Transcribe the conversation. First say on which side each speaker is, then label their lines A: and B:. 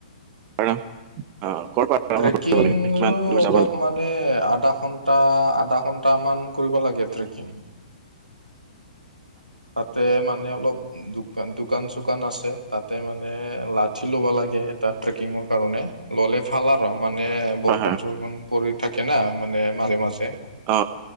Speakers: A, on the right; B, on the right.
A: <unintelligible>
B: ট্ৰেকিংৰো
A: কৰিব লাগে কিমান দূৰ
B: অলপ
A: যাব লাগে
B: মানে আধা ঘন্টা, আধা ঘন্টামান কৰিব লাগে ট্ৰেকিং। তাতে মানে অলপ দোকান দোকান-চোকা দোকান আছে। তাতে মানে লাঠি ল'ব লাগে এটা ট্ৰেকিংৰ কাৰণে ল'লে ভাল আৰ। মানে বৰুষুন-চৰষুণ
A: ফা-
B: পৰি থাকে না মানে মাজে মাজে
A: অ অ